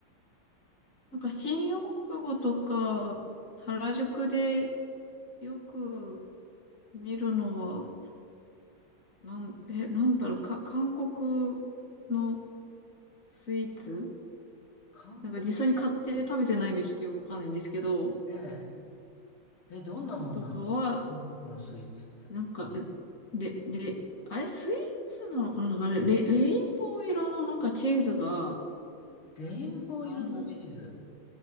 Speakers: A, on the left; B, on the left.
A: なんか新大久保とか、原宿でよく見るのは、なん、え、なんだろう、か、韓国のスイーツ
B: 韓国
A: なんか実際に買って食べてないんでちょっとよくわかんないんですけど、
B: ね。え、どんなものなんですか韓国のスイーツって。
A: とかは、なんか、レ、レ、あれスイーツなのかななんかレ、レレインボー色のなんかチーズが、
B: レインボー色のチーズ。
A: あの、